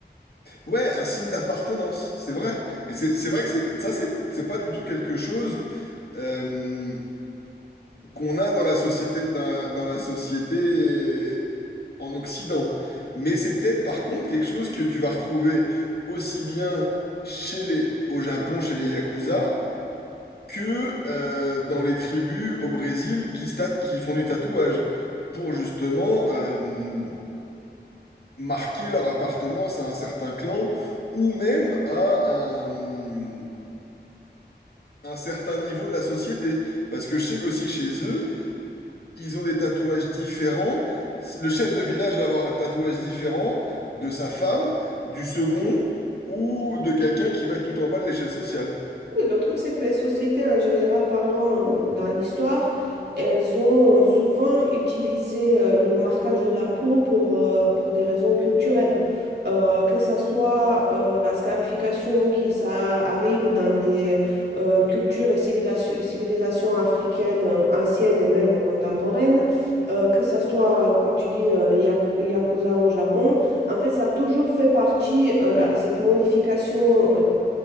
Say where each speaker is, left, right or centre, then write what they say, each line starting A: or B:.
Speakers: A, on the left (about 60°); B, on the right (about 70°).
A: ouais, un signe d'appartenance, c'est vrai. Et c'est c'est vrai que c'est ça, c'est c'est pas du tout quelque chose euh, qu'on a dans la société, dans la, dans la société en Occident. Mais c'est peut-être par contre quelque chose que tu vas retrouver aussi bien chez les, au Japon, chez les Yakuza, que euh, dans les tribus au Brésil qui, se tat- qui font du tatouage, pour justement euh, marquer leur appartenance à un certain clan ou même à un, un certain niveau de la société. Parce que je sais qu'aussi chez eux, Ils ont des tatouages différents. Le chef de village va avoir un tatouage différent de sa femme, du second ou de quelqu'un qui va être tout en bas de l'échelle sociale.
B: Oui, le truc, c'est que les sociétés, en général parlant, euh, dans l'histoire, elles ont souvent utilisé euh, le marquage de la peau pour, euh, pour des raisons culturelles. Euh, que ça soit euh, la scarification qui ça arrive dans des euh, cultures et civilas- civilisations africaines euh, anciennes et même contemporaines, euh, que ça soit, euh, comme tu dis, euh, les yak- yakuza au Japon. En fait, ça a toujours fait partie, euh, la- cette modification